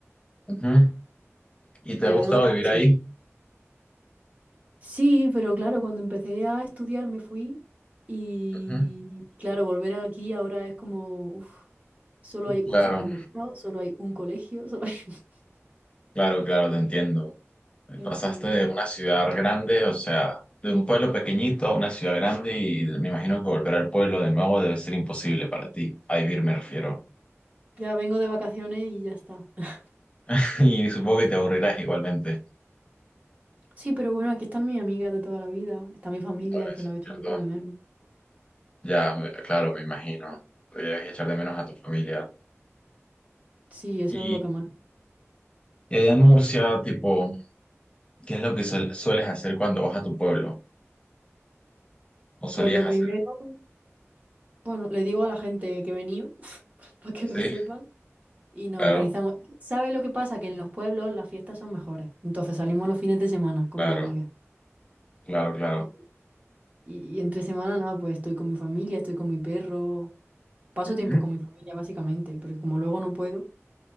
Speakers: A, on the left; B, on the right.
A: Ujú. ¿Y te
B: Pero
A: ha gustado
B: de no dejar
A: vivir
B: de
A: ahí?
B: ser. Sí, pero claro, cuando empecé a estudiar me fui y
A: Ujú.
B: claro, volver aquí ahora es como, uf, solo hay
A: Claro,
B: un supermercado, solo hay un colegio, solo hay... <laughs>
A: claro, claro, te entiendo.
B: Es
A: Pasaste
B: extraño.
A: de una ciudad grande, o sea, de un pueblo pequeñito a una ciudad grande y me imagino que volver al pueblo de nuevo debe ser imposible para ti. A vivir me refiero.
B: Ya vengo de vacaciones y ya está. <laughs>
A: <laughs> Y supongo que te aburrirás igualmente.
B: Sí, pero bueno, aquí están mis amigas de toda la vida, está mi familia
A: Bueno,
B: que
A: eso
B: la
A: es
B: he hecho mucho
A: cierto.
B: de menos.
A: Ya, me- claro, me imagino. Debes echar de menos a tu familia.
B: Sí, eso
A: Y,
B: es lo que más.
A: y allá en Murcia, tipo, ¿qué es lo que suel- sueles hacer cuando vas a tu pueblo? ¿O solías
B: Pues lo
A: hacer?
B: primero, bueno, le digo a la gente que he venido <laughs> para que
A: Sí,
B: lo sepan y nos
A: claro,
B: organizamos. ¿Sabes lo que pasa? Que en los pueblos las fiestas son mejores. Entonces salimos los fines de semana con
A: claro,
B: mi amiga.
A: claro, claro.
B: Y, y entre semana, nada, pues estoy con mi familia, estoy con mi perro. Paso
A: Ujú.
B: tiempo con mi familia, básicamente, porque como luego no puedo,